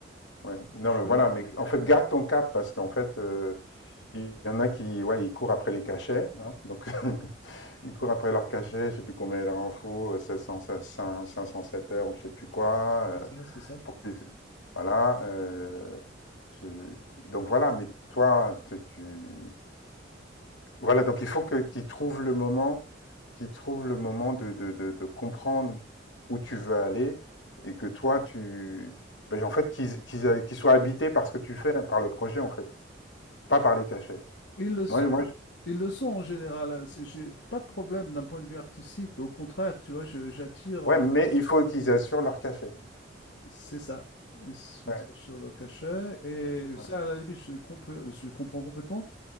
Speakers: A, on the left; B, on the left.
A: Ouais. Non,
B: Tu
A: mais voilà,
B: as-
A: mais en fait, garde ton cap parce qu'en fait, euh, il y en a qui, ouais, ils courent après les cachets. hein, donc, <laughs> ils courent après leurs cachets, je sais plus combien il leur en faut, euh, sept cents, cinq 500, sept heures ou je sais plus quoi.
B: C'est
A: euh,
B: ça, c'est ça.
A: Pour que- voilà. euh, je- donc voilà, mais toi, tu, tu- voilà. Donc il faut que qu'ils trouvent le moment, qu'ils trouvent le moment de, de, de, de comprendre où tu veux aller et que toi, tu, ben, en fait, qu'ils qu'ils aient- qu'ils soient habités par ce que tu fais, par le projet en fait, pas par les cachets.
B: Ils le sont.
A: Moi, moi,
B: Ils le sont en général. C'est- J'ai pas de problème d'un point de vue artistique. Au contraire, tu vois, je- j'attire. euh,
A: je- ouais, mais il faut qu'ils assurent leur cachet.
B: C'est ça. Ils se focalisent
A: Ouais.
B: sur le cachet. Et
A: ouais,
B: ça, à la limite, je comprends, je comprends complètement.